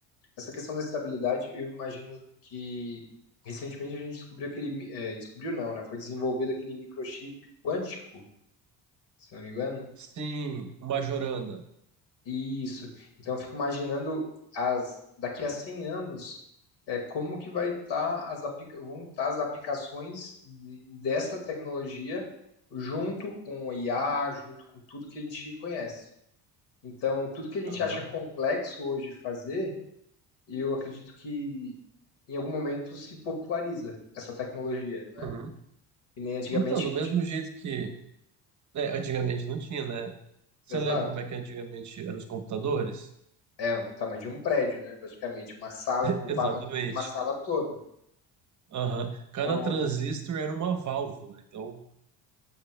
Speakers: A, on the left (about 75°); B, on the right (about 45°).
A: essa questão da estabilidade, eu imagino que recentemente a gente descobriu aquele, eh, descobriu não, né? Foi desenvolvido aquele microchip quântico, se eu não me engano,
B: Sim, uma jorana.
A: Isso. Então, eu fico imaginando as, daqui a 100 anos, é, como que vai estar as aplica- vão estar as aplicações de- dessa tecnologia junto com o IA, junto com tudo que a gente conhece. Então, tudo que a gente
B: Aham.
A: acha complexo hoje fazer, eu acredito que em algum momento se populariza essa tecnologia, né?
B: Uhum.
A: Que nem antigamente
B: Então, do mesmo
A: não tinha.
B: jeito que É, antigamente não tinha, né? Você
A: Exato.
B: lembra como é que antigamente eram os computadores?
A: É o tamanho de um prédio, né? Praticamente uma sala,
B: <laughs>
A: ocupava
B: Exatamente.
A: o tamanho de uma sala toda.
B: Aham. Cada
A: Então,
B: transistor era uma válvula. Então,